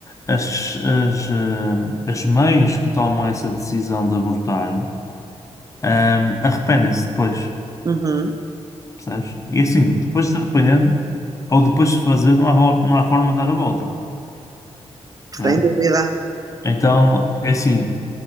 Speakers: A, on the left; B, on the right.
A: as, as, hum, as mães que tomam essa decisão de abortar, hum, arrependem-se depois,
B: uhum.
A: percebes? E assim, depois de se arrepender ou depois de se fazer, não há, vo- não há forma de dar a volta, né?
B: Sem dúvida,
A: Então, é assim,